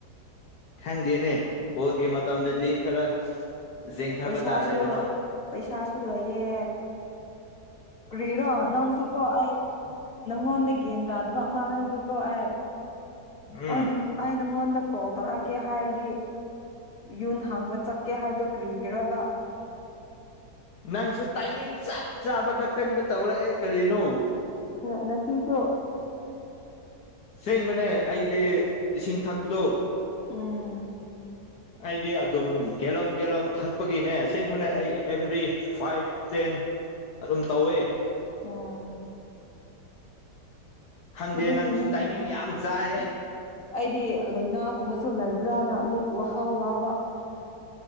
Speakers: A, on the left (about 70°); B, on the left (about 55°).
A: ꯈꯪꯗꯦꯅꯦ ꯕꯣꯔꯒꯤ ꯃꯇꯝꯗꯗꯤ ꯈꯔ ꯖꯦꯡꯊꯕ
B: ꯄꯩꯁꯥꯁꯨ
A: ꯇꯥꯔꯦꯗꯅ
B: ꯄꯩꯁꯥꯁꯨ ꯂꯩꯌꯦ ꯀꯔꯤꯔꯣ ꯅꯪꯁꯨ ꯀꯣ ꯑꯩ ꯅꯪꯉꯣꯟꯗ ꯒ꯭ꯌꯥꯟ ꯇꯥꯗꯕ ꯑꯃ ꯍꯥꯏꯒꯦꯀꯣ ꯑꯩ
A: ꯎꯝ
B: ꯍ ꯅꯪ ꯑꯩ ꯅꯉꯣꯟꯗ ꯀꯣꯜ ꯇꯧꯔꯛꯀꯦ ꯍꯥꯏꯔꯗꯤ ꯌꯨꯟ ꯍꯥꯡꯕ ꯆꯠꯀꯦ ꯍꯥꯏꯕꯗꯨꯣ ꯀ꯭ꯔꯤꯒꯕ
A: ꯅꯪꯁꯨ ꯇꯥꯏꯃꯤꯡ ꯆꯞ ꯆꯥꯕ ꯈꯛꯇꯪꯗ ꯇꯧꯔꯛꯑꯦ ꯀꯔꯤꯅꯣ
B: ꯉꯁꯤꯁꯨ
A: ꯁꯦꯡꯕꯅꯦ ꯑꯩꯗꯤ ꯏꯁꯤꯡ ꯊꯛꯄꯗꯣ
B: ꯎꯝ
A: ꯑꯩꯗꯤ ꯑꯗꯨꯝ ꯒꯦꯂꯂꯣꯟ ꯒꯦꯂꯂꯣꯟ ꯊꯛꯄꯒꯤꯅꯦ ꯑꯁꯦꯡꯕꯅꯦ ꯑꯩ ꯑꯦꯕ꯭ꯔꯤ ꯐꯥꯏꯚ ꯇꯦꯟ ꯑꯗꯨꯝ ꯇꯧꯋꯦ
B: ꯑꯣ
A: ꯈꯪꯗꯦ
B: ꯑꯗꯨꯒꯤꯅꯦ
A: ꯅꯪꯁꯨ ꯇꯥꯏꯃꯤꯡ ꯌꯥꯝ ꯆꯥꯏ
B: ꯑꯩꯗꯤ ꯂꯩꯏꯅꯥꯒꯨꯝꯕꯁꯨ ꯂꯩꯥꯕ꯭ꯔꯥꯅ ꯑꯃꯨꯛ ꯋꯥꯈꯜ ꯋꯥꯕ